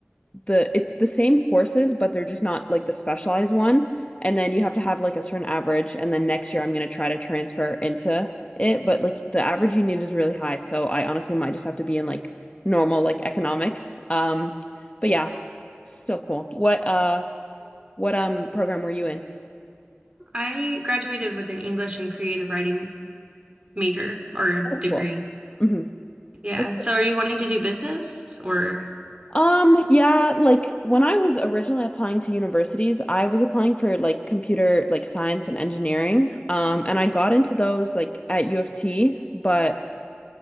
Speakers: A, on the left; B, on the right.
A: the it's the same courses, but they're just not like the specialized one. And then you have to have like a certain average. And then next year I'm gonna try to transfer into it. But like the average you need is really high. So I honestly might just have to be in like normal like economics. Um, but yeah, still cool. What uh what um program were you in?
B: I graduated with an English and creative writing major or
A: That's
B: degree.
A: cool. hmm
B: Yeah.
A: That's cool.
B: So are you wanting to do business or
A: Um, yeah, like when I was originally applying to universities, I was applying for like computer, like science and engineering. Um, and I got into those like at U of T, but